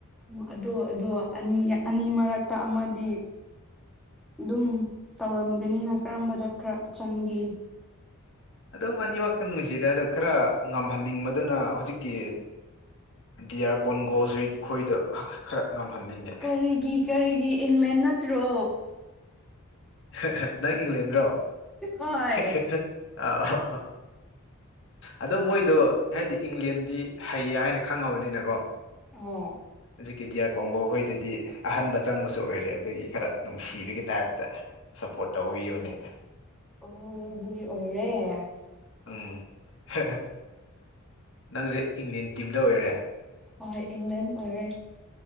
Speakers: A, in the centre; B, on the left (about 60°).
A: ꯑꯣ ꯑꯗꯨ ꯑꯗꯣ ꯑꯅꯤ ꯑꯅꯤ ꯃꯔꯛꯇ ꯑꯃꯗꯤ ꯑꯗꯨꯝ ꯇꯧꯔꯝꯒꯅꯤꯅ ꯀꯔꯝꯕꯗ ꯈꯔ ꯆꯪꯒꯦ
B: ꯑꯗꯨꯝ ꯑꯅꯤꯃꯛꯇ ꯅꯨꯡꯁꯤꯗ ꯑꯗꯣ ꯈꯔ ꯉꯝꯍꯟꯅꯤꯡꯕꯗꯨꯅ ꯍꯧꯖꯤꯛꯀꯤ ꯗꯤꯌꯥꯥꯔ ꯀꯣꯟꯒꯣꯁꯔꯤꯠ ꯈꯣꯏꯗꯣ ꯈꯔ ꯉꯝꯍꯟꯅꯤꯡꯉꯦ
A: ꯀꯔꯤꯒꯤ ꯀꯔꯤꯒꯤ ꯏꯪꯂꯦꯟ ꯅꯠꯇ꯭ꯔꯣ
B: ꯍꯥ ꯍꯥ ꯅꯪ ꯏꯪꯂꯦꯟꯔꯣ
A: ꯍꯣꯏ
B: ꯍꯥ ꯍꯥ ꯑ ꯑꯗꯣ ꯃꯣꯏꯗꯣ ꯍꯥꯏꯗꯤ ꯏꯪꯂꯦꯟꯗꯤ ꯍꯩꯌꯦ ꯍꯥꯏꯅ ꯈꯪꯉꯕꯅꯤꯅꯀꯣ
A: ꯑꯣ
B: ꯍꯧꯖꯤꯛꯀꯤ ꯗꯤꯌꯥꯔ ꯀꯣꯡꯒꯣꯈꯣꯏꯗꯨꯗꯤ ꯑꯍꯟꯕ ꯆꯪꯕꯁꯨ ꯑꯣꯏꯔꯦ ꯑꯗꯨꯒꯤ ꯈꯔ ꯅꯨꯡꯁꯤꯕꯒꯤ ꯇꯥꯏꯞꯇ ꯁꯞꯄꯣꯔ꯭ꯠ ꯇꯧꯕꯤꯕꯅꯦꯗ
A: ꯑꯣ ꯑꯗꯨꯒꯤ ꯑꯣꯏꯔꯦ
B: ꯎꯝ ꯍꯦꯍꯦ ꯅꯪꯁꯦ ꯏꯪꯂꯦꯟ ꯇꯤꯝꯗ ꯑꯣꯏꯔꯦ
A: ꯍꯣꯏ ꯏꯪꯂꯦꯟ ꯑꯣꯏꯔꯦ